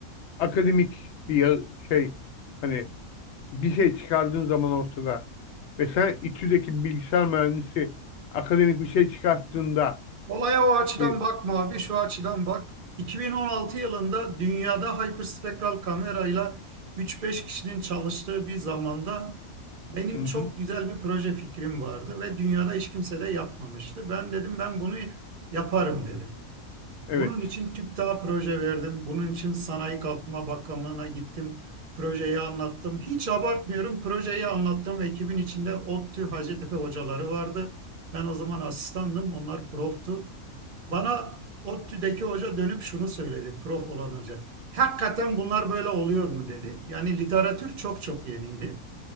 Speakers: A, on the left; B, on the right.
A: akademik bir ya- şey hani bir şey çıkardığın zaman ortada ve sen İTÜ'deki bilgisayar mühendisi akademik bir şey çıkarttığında
B: Olaya o açıdan
A: e,
B: bakma abi, şu açıdan bak. 2016 yılında dünyada hyperspektral kamerayla 3-5 kişinin çalıştığı bir zamanda benim
A: hı
B: çok
A: hı,
B: güzel bir proje fikrim vardı ve dünyada hiç kimse de yapmamıştı. Ben dedim ben bunu yaparım dedim.
A: evet
B: Bunun için TÜBİTAK'a proje verdim. Bunun için Sanayi Kalkınma Bakanlığı'na gittim. Projeyi anlattım. Hiç abartmıyorum. Projeyi anlattığım ekibin içinde ODTÜ, Hacettepe hocaları vardı. Ben o zaman asistandım. Onlar proftu. Bana ODTÜ'deki hoca dönüp şunu söyledi. Prof olan hoca. Hakikaten bunlar böyle oluyor mu dedi. Yani literatür çok çok yeniydi.